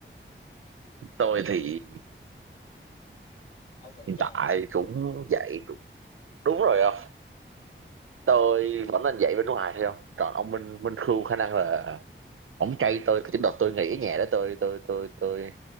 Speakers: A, on the right; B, on the left.
A: tôi thì
B: Ông vẫn
A: hiện
B: chờ
A: tại
B: à?
A: cũng dạy cũng- đúng rồi không tôi vẫn nên dạy bên ngoài thôi không còn ông Minh Minh Khương khả năng là ổng cay tôi cái đợt tôi nghỉ ở nhà đó tôi tôi tôi tôi